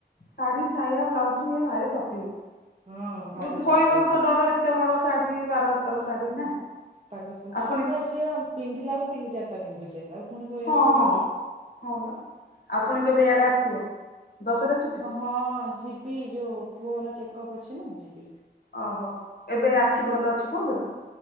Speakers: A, on the left; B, on the right.
A: ଶାଢୀ ସାଇବା ବ୍ଲାଉଜ ଇଏ ଭାରି ତକଲିଫ
B: ହଁ ଭାରି
A: ଧୋଇବାକୁ
B: ତକଲିଫ
A: ତ ଡର ଏତେ ବଡ ସାଢ ବାର ହାତର ସାଢ ନା।
B: ତାଙ୍କ ସହ
A: ଆଉ ପୁଣି
B: ଆ ସଏ ପିନ୍ଧିଲା ଆଉ ତିନି ଚାରିଟା ପିନ୍ଧୁଛେ ପୁଣି ଧୋଇବାକୁପଡିବ
A: ହଁ ହଁ ହଁ ବା ଆଉ ପୁଣି କେବେ ଇଆଡେ ଆସିବ ଦଶହରା ଛୁଟି
B: ଆଁ ହଁ ଯିବି ଯୋଉ ପୁଅର ଚେକଅପ ଅଛି ନା ଯିବି।
A: ଓହୋ ଏବେ ଆଖି ଭଲ ଅଛି ବୋଉଙ୍କର।